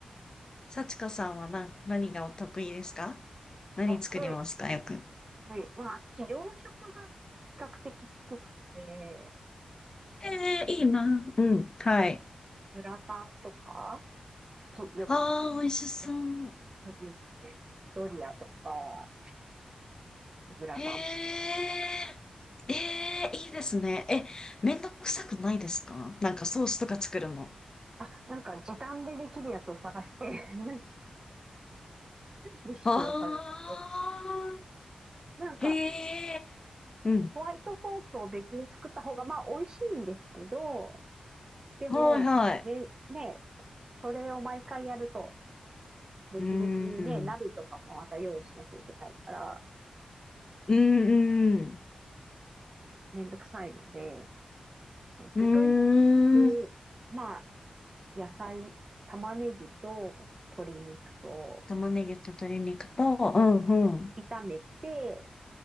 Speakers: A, on the left (about 30°); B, on the right (about 30°).
A: 幸子さんはな、何がお得意ですか何作りますかよく。
B: 得意、得意。まあ、私、洋食が比較的好きなので、
A: ええいいな。うん、はい。
B: グラグラタンとか、好き、よくつ好きで、
A: ああ、美味しそう。
B: よく作りますね。ドリアとか、グラタンとか。
A: へえ、ええ、いいですね。え、めんどくさくないですかなんかソースとか作るの。
B: あ、なんか時短でできるやつを探して <laughs> レシピを探して。
A: ああ、
B: なんか、
A: へえ、うん。
B: ホワイトソースを別に作った方が、まあ、美味しいんですけど、でも、
A: はいはい。
B: め、ね、それを毎回やると、別々にね、
A: うーん。
B: 鍋とかもまた用意しなきゃいけないから、
A: うん、うん。
B: めんどくさいので、
A: うーん。
B: 具とい、具、まあ、野菜、玉ねぎと鶏肉と
A: 玉ねぎと鶏肉と、うん、うん。
B: 炒めて、